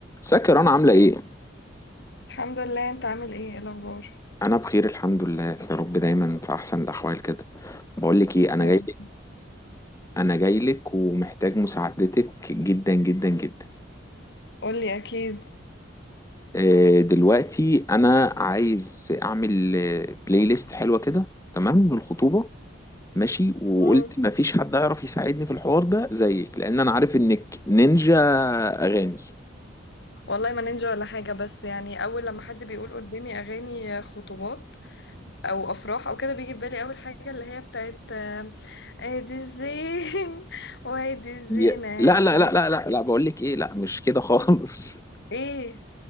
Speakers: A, on the left; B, on the left.
A: ازيك يا رنا عاملة ايه؟
B: الحمد لله انت عامل ايه ايه الاخبار
A: أنا بخير الحمد لله يا رب دايما في أحسن الأحوال كده بقول لك ايه أنا
B: يا
A: جاي
B: رب
A: أنا جاي لك ومحتاج مساعدتك جدا جدا جدا
B: قولي اكيد
A: آه، دلوقتي أنا عايز أعمل آه، بلاي ليست حلوة كده تمام للخطوبة ماشي وقلت
B: مم.
A: مفيش حد هيعرف يساعدني في الحوار ده زيك لأن أنا عارف إنك نينجا أغاني
B: والله ما نينجا ولا حاجة بس يعني أول لما حد بيقول قدامي أغاني خطوبات أو أفراح أو كده بيجي في بالي أول حاجة اللي هي بتاعت آم، أدي الزين <laughs> وأدي الزينة
A: ي- لا لا
B: دي
A: لا لا لا لا بقول لك ايه لا مش كده خالص
B: إيه